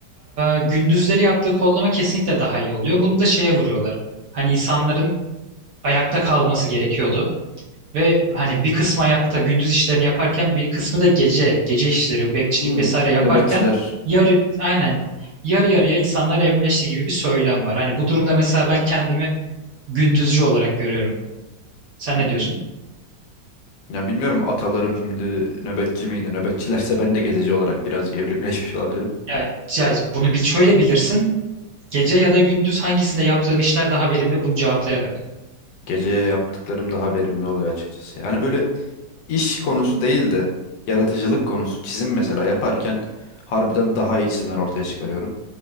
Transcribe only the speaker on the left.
Hmm,
nöbetçiler.
Hmm.
Ya bilmiyorum atalarım şimdi nöbetçi miydi? Nöbetçilerse ben de gececi olarak biraz evrimleşmiş olabilirim.
Gece yaptıklarım daha verimli oluyor açıkçası. Yani böyle iş konusu değil de yaratıcılık konusu çizim mesela yaparken harbiden daha iyi çizimler ortaya çıkarıyorum.